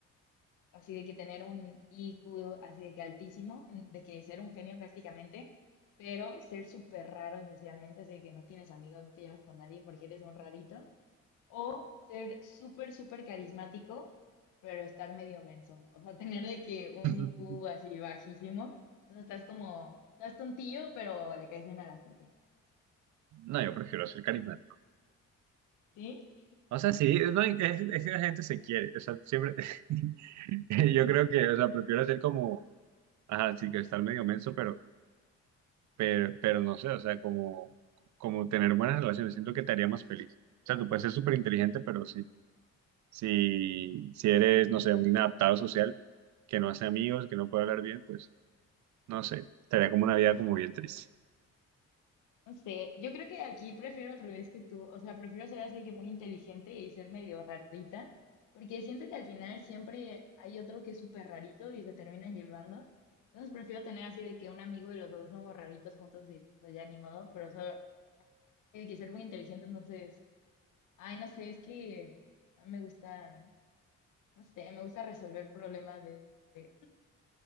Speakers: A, on the left; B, on the right.
A: Así de que tener un IQ así de que altísimo, de que ser un genio prácticamente, pero ser súper raro socialmente, así de que no tienes amigos, no te llevas con nadie porque eres un rarito. O ser súper, súper carismático, pero estar medio menso. O sea, tener de que un
B: <laughs>
A: IQ así bajísimo. Entonces estás como, estás tontillo, pero le caes bien a la gente.
B: No, yo prefiero ser carismático.
A: ¿Sí?
B: O sea, sí, no, es, es que la gente se quiere. O sea, siempre. <laughs> Yo
A: <laughs>
B: creo que, o sea, prefiero ser como. Ajá, sí, que estar medio menso, pero, pero, pero no sé, o sea, como, como tener buenas relaciones. Siento que te haría más feliz. O sea, tú puedes ser súper inteligente, pero sí. Si, si eres, no sé, un inadaptado social, que no hace amigos, que no puede hablar bien, pues, no sé. Estaría como una vida como bien triste.
A: No sé, yo creo que aquí prefiero al revés que tú, o sea, prefiero ser así que muy inteligente y ser medio rarita, porque siento que al final siempre hay otro que es súper rarito y se terminan llevando. Entonces prefiero tener así de que un amigo y los dos somos raritos juntos y pues ya ni modo, pero solo hay que ser muy inteligente, entonces, ay, no sé, es que me gusta, no sé, me gusta resolver problemas de... de-